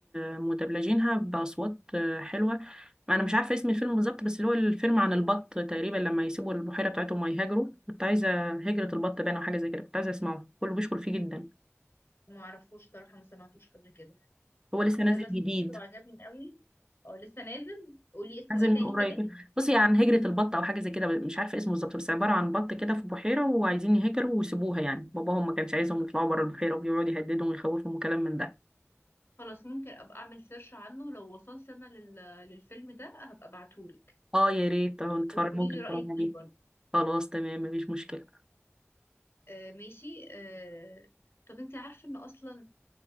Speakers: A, on the right (about 15°); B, on the left (about 50°).
A: آه، مدبلجينها بأصوات آه، حلوة أنا مش عارفة اسم الفيلم بالظبط بس اللي هو الفيلم عن البط تقريبا لما يسيبوا البحيرة بتاعتهم ويهاجروا كنت عايزة هجرة البط باين أو حاجة زي كده كنت عايزة أسمعه كله بيشكر فيه جدا
B: ما أعرفوش صراحة ما سمعتوش قبل كده
A: هو
B: بس
A: لسه
B: اللي
A: نازل
B: أنا سمعته
A: جديد
B: عجبني أوي اه لسه نازل قولي اسمه
A: نازل
B: ايه
A: من
B: تاني
A: قريب
B: كده
A: بصي عن هجرة البط أو حاجة زي كده مش عارفة إيه اسمه بالظبط بس عبارة عن بط كده في بحيرة وعايزين يهجروا ويسيبوها يعني باباهم ما كانش عايزهم يطلعوا بره البحيرة وبيقعد يهددهم ويخوفهم وكلام من ده
B: خلاص ممكن أبقى أعمل سيرش عنه لو وصلت أنا لل... للفيلم ده هبقى أبعتهولك
A: اه يا ريت اه نتفرج
B: وتقولي
A: ممكن
B: لي
A: نتفرج
B: رأيك
A: عليه
B: فيه برضه
A: خلاص تمام مفيش مشكلة
B: آه ماشي آه طب انت عارفة ان اصلا